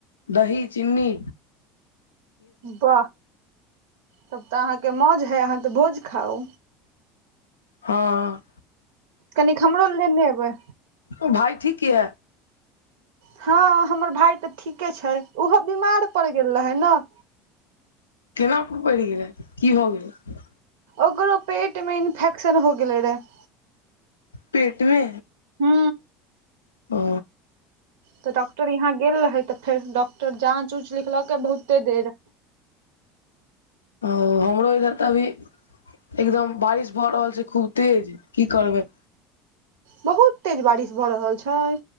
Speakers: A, on the left; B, on the right.
A: दही चिनी
B: वाह तब तऽ अहाँके मौज हइ अहाँ तऽ भोज खाउ
A: हँ
B: कनिक हमरो लऽ लेने अयबै
A: ओ भाइ ठीक यै
B: हँ हमर भाय तऽ ठीके छै ओहो बीमार पड़ गेल रहै नऽ
A: केना पड़ि गेलै की भऽ गेलै
B: ओकरो पेट में इन्फेक्शन हो गेले रहे
A: पेट मे
B: हू
A: ओ
B: तऽ डॉक्टर यहाँ गेल रहे तऽ फेर डॉक्टर जाँच उँच लिखलके बहुते देर
A: ओ हमरो इधर तऽ अभी एकदम बारिश भऽ रहल छै खूब तेज की करबै
B: बहुत तेज बारिश भऽ रहल छै